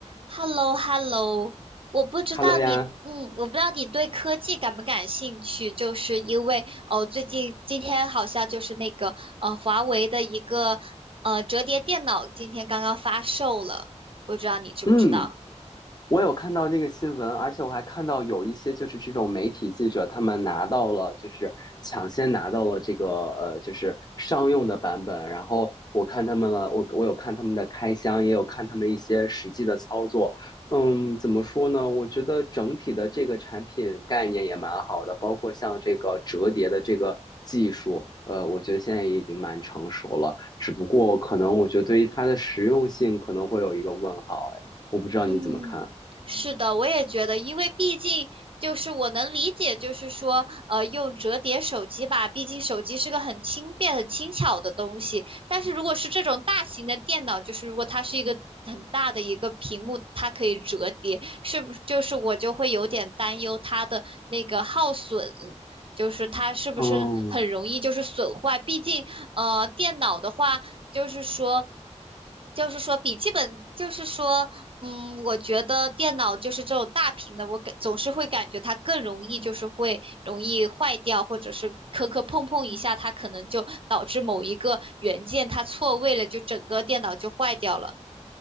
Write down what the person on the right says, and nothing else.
h e l l o h e l l o 我不知道你，
嗯，我不知道你对科技感不感兴趣，就是因为哦，最近今天好像就是那个呃，华为的一个呃折叠电脑今天刚刚发售了，不知道你知不知道？
嗯，是的，我也觉得，因为毕竟就是我能理解，就是说，呃，用折叠手机吧，毕竟手机是个很轻便、很轻巧的东西。但是如果是这种大型的电脑，就是如果它是一个很大的一个屏幕，它可以折叠，是不是？就是我就会有点担忧它的那个耗损，就是它是不是很容易就是损坏？
毕竟，呃，电脑的话。就是说，就是说笔记本，就是说，嗯，我觉得电脑就是这种大屏的，我感总是会感觉它更容易，就是会容易坏掉，或者是磕磕碰碰一下，它可能就导致某一个元件它错位了，就整个电脑就坏掉了。